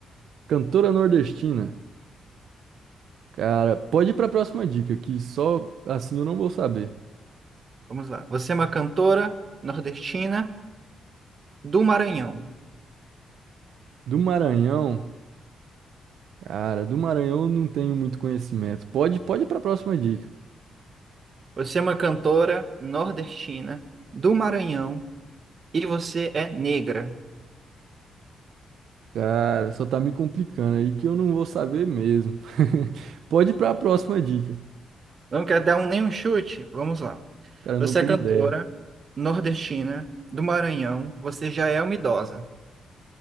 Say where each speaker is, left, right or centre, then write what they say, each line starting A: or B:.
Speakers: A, on the right (about 75°); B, on the right (about 35°).
A: Cantora nordestina. Cara, pode ir pra próxima dica, que só assim eu não vou saber.
B: Vamos lá. Você é uma cantora nordestina do Maranhão.
A: Do Maranhão. Cara, do Maranhão eu não tenho muito conhecimento. Pode, pode ir pra próxima dica.
B: Você é uma cantora nordestina do Maranhão e você é negra.
A: Cara, só tá me complicando aí que eu não vou saber mesmo. <laughs> Pode ir pra próxima dica.
B: Não quer dar um, nenhum chute? Vamos lá.
A: Cara, eu
B: Você
A: não tenho
B: é cantora
A: ideia.
B: nordestina do Maranhão. Você já é uma idosa.